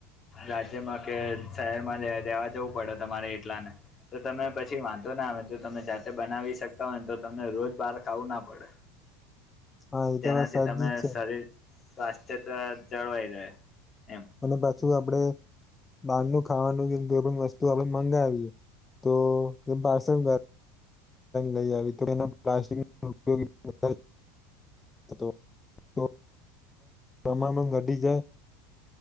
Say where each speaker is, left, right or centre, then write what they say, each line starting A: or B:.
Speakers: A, on the left; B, on the left.
A: રાજ્યમાં કે શહેરમાં રે રહેેવા જવું પડે તમારે એટલાને. તો તમે પછી વાંધો ના આવે જો તમે જાતે બનાવી શકતા હોય ને તો તમને રોજ બાર ખાવું ના પડે.
B: હા એ
A: જેનાથી
B: તો વાત સાચી
A: તમે
B: જ છે
A: શરીર સ્વાસ્થ્યતા જળવાઈ રહે. એમ.
B: અને પાછું આપડે બારનું ખાવાનું જેમકી આપડે વસ્તુ આપડે મંગાવીએ તો કેમ પાર્સલ કર લઈ આવી તો એના પ્લાસ્ટિક ઉપયોગી તો પ્રમાણમાં ઘટી જાય.